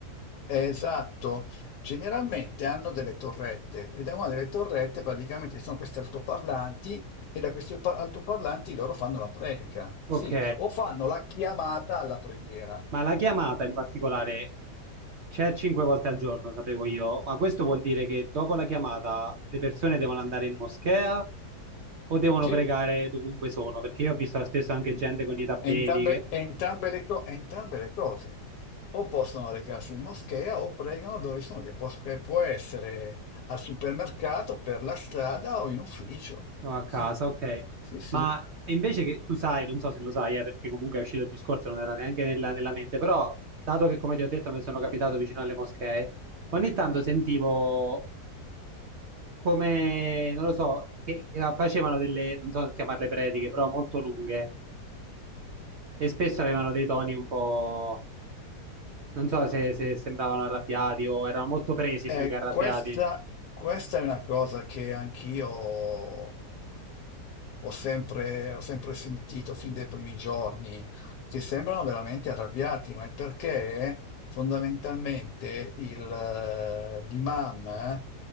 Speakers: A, on the left; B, on the right.
A: è esatto, generalmente hanno delle torrette e da una delle torrette praticamente ci sono questi altoparlanti e da questi alpa- altoparlanti loro fanno la predica,
B: Ok,
A: sì, o fanno la chiamata alla preghiera.
B: Ma la chiamata in particolare c'è cinque volte al giorno, sapevo io, ma questo vuol dire che dopo la chiamata le persone devono andare in moschea o devono
A: Sì.
B: pregare dovunque sono? Perché io ho visto spesso anche gente con i tappeti
A: È Entrambe,
B: che...
A: è entrambe le co- è entrambe le cose o possono recarsi in moschea o pregano dove sono, che, pos- che può essere al supermercato, per la strada o in ufficio.
B: o a casa,
A: Sì,
B: ok.
A: sì, sì.
B: Ma e invece che tu sai, non so se lo sai, eh, perché comunque è uscito il discorso, non era neanche nella, nella mente, però dato che come ti ho detto mi sono capitato vicino alle moschee, ogni tanto sentivo come, non lo so, che eh, facevano delle, non so se chiamarle prediche, però molto lunghe e spesso avevano dei toni un po', non so se, se sembravano arrabbiati o erano molto presi
A: Eh,
B: più che arrabbiati.
A: questa, questa è una cosa che anch'io ho sempre, ho sempre sentito fin dai primi giorni, che sembrano veramente arrabbiati, ma è perché fondamentalmente il, eh, l'imam eh,